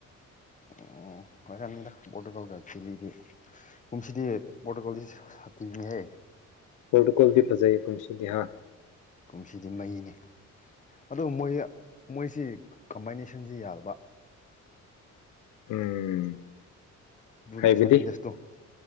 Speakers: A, on the left; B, on the left.
A: ꯎꯝꯝ ꯑꯣꯏꯔꯝꯃꯤꯗ ꯄꯣꯔꯇꯨꯒꯥꯜꯒ ꯆꯤꯜꯂꯤꯗꯤ ꯀꯨꯝꯁꯤꯗꯤ ꯄꯣꯔꯇꯨꯒꯥꯜꯗꯤ ꯁꯥꯇꯤꯅꯤꯍ
B: ꯄꯣꯔꯇꯨꯒꯥꯜꯒꯤ ꯐꯖꯥꯏ ꯄꯨꯟꯁꯤꯗꯍꯥ
A: ꯀꯨꯝꯁꯤꯗꯤ ꯃꯩꯅꯤ ꯑꯗꯨ ꯃꯣꯏ ꯃꯣꯏꯁꯤ ꯀꯝꯕꯥꯏꯅꯦꯁꯟꯁꯤ ꯌꯥꯗꯕ
B: ꯎꯝ
A: ꯕ꯭ꯔꯨꯅꯣ
B: ꯍꯥꯏꯕꯗꯤ
A: ꯐꯔꯅꯥꯟꯗꯦꯁꯇꯣ